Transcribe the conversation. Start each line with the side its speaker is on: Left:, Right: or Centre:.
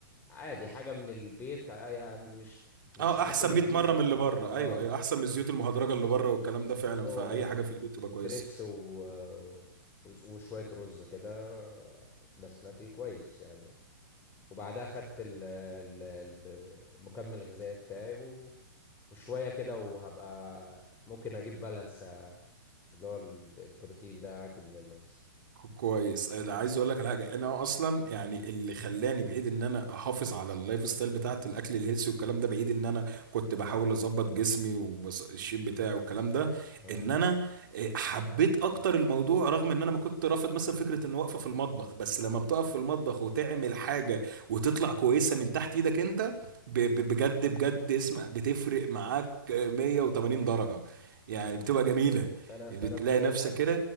Left: عادي حاجة من البيت أي- مش مش
Right: اه
Left: هتاكل
Right: احسن
Left: الزيوت
Right: 100 مرة
Left: دي
Right: من
Left: كتير
Right: اللي بره ايوه
Left: اه
Right: ايوه احسن من الزيوت المهدرجة اللي بره والكلام ده فعلا
Left: هو
Right: فاي حاجة في البيت تبقى
Left: ستريبس
Right: كويسة
Left: و... وشوية رز كده بسمتي كويس يعني وبعدها خدت ال... ال- ال- المكمل الغذائي بتاعي و... وشوية كده وهبقى ممكن أجيب بالانس اللي هو البروتين ده اكل منه بس
Right: كو- كويس انا عايز اقول لك على حاجه انا اصلا يعني اللي خلاني بعيد ان انا احافظ على اللايف ستايل بتاعت الاكل الهيلثي والكلام ده بعيد ان انا كنت بحاول اظبط جسمي والشيب بتاعي والكلام ده
Left: اه
Right: ان انا إيه، حبيت اكتر الموضوع رغم ان انا ما كنت رافض مثلا فكره ان واقفه في المطبخ بس لما بتقف في المطبخ وتعمل حاجه وتطلع كويسه من تحت ايدك انت ب- ب- بجد بجد اسم بتفرق معاك آه، 180 درجه يعني بتبقى جميله
Left: انا
Right: بتلاقي
Left: انا من ال-
Right: نفسك